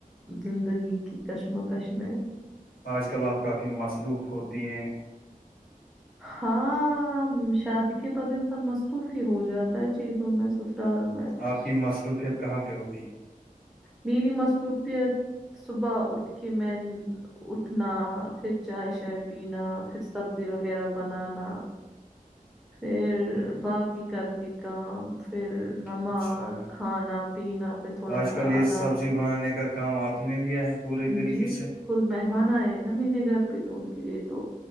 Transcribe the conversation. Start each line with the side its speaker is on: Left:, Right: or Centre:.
Centre: زندگی کی کشمکش میں
Left: آج کل آپ کافی مصروف ہوتی ہیں
Centre: ہاں شادی کے بعد انسان مصروف ہی ہو جاتا ہے چیز میں سسرال میں
Left: آپ کی مصروفیت کہاں پہ ہوتے
Centre: میری مصروفیت صبح اٹھ کے میں اٹھنا پھر چائے شائے پینا پھر سبزی وغیرہ بنانا پھر باقی کر کے کام پھر نماز
Left: اچھا
Centre: کھان پینا پھر تھوڑا
Left: آج
Centre: سا
Left: کل یہ
Centre: آرام
Left: سبزی بنانے کا کام آپ ہی نہیں لیا ہے پورے طریقے
Centre: جی
Left: سے
Centre: بالکل مہمان آئے ہیں نا میرے گھر پہ تو ان کے لیے تو